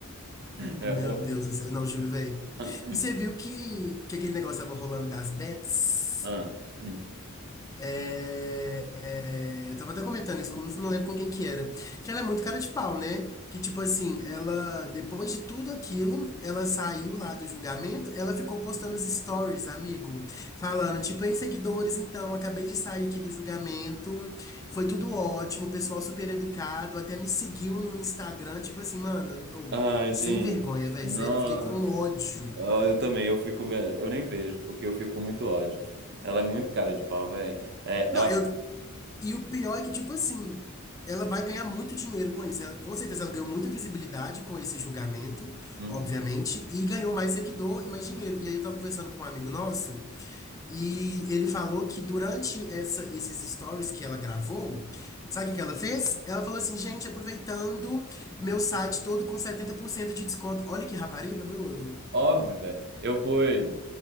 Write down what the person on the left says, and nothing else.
Meu
Deus do céu. Não, juro, velho.
E você viu que, que aquele negócio tava rolando das bets?
É, é, eu tava até comentando isso, com, não lembro com quem que era. Que ela é muito cara de pau, né? Que tipo assim, ela, depois de tudo aquilo, ela saiu lá do julgamento, ela ficou postando os stories, amigo, falando, tipo, ei, seguidores, então, acabei de sair aqui do julgamento, foi tudo ótimo, o pessoal super educado, até me seguiu no Instagram, tipo assim, mano, ou
sem
vergonha, velho,
sério, eu fiquei com ódio.
Não,
eu. E o pior é que, tipo assim, ela vai ganhar muito dinheiro com isso. Ela- com certeza ela ganhou muita visibilidade com esse julgamento,
obviamente, e ganhou mais seguidor e mais dinheiro. E aí eu tava conversando com um amigo nosso, e ele falou que durante essa- esses stories que ela gravou, sabe o que que ela fez? Ela falou assim, gente, aproveitando meu site todo com 70% de desconto. Olha que rapariga, Bruno.